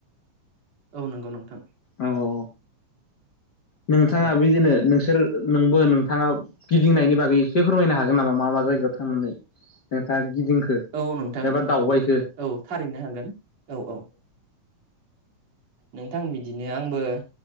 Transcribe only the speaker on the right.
औ <inaudible> औ नंगौ नोंथां।
औ
औ नोंथां
औ थारैनो हागोन औ औ। नोंथां बि दिनो आंबो